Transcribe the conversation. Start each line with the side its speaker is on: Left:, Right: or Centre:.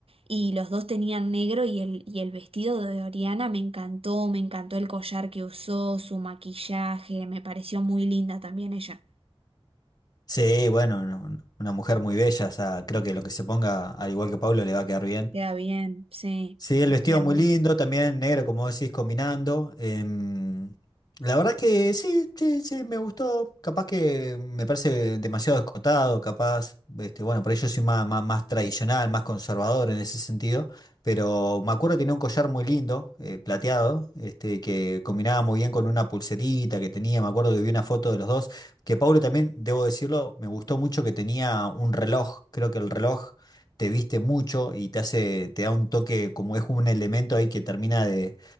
Right: y los dos tenían negro y el, y el vestido de Oriana me encantó, me encantó el collar que usó, su maquillaje, me pareció muy linda también ella.
Left: Sí, bueno, no- una mujer muy bella, o sea, creo que lo que se ponga, al igual que Pablo, le va a quedar bien.
Right: Queda bien, sí,
Left: Sí, el vestido
Right: hermosa.
Left: muy lindo, también negro, como decís, combinando. em, la verdad que sí, sí, sí, me gustó. Capaz que me parece demasiado escotado, capaz, este, bueno, por ello soy más, más, más tradicional, más conservador en ese sentido. Pero me acuerdo que tenía un collar muy lindo, eh, plateado, este, que combinaba muy bien con una pulserita que tenía. Me acuerdo que vi una foto de los dos. Que Pablo también, debo decirlo, me gustó mucho que tenía un reloj. Creo que el reloj te viste mucho y te hace, te da un toque, como es un elemento ahí que termina de,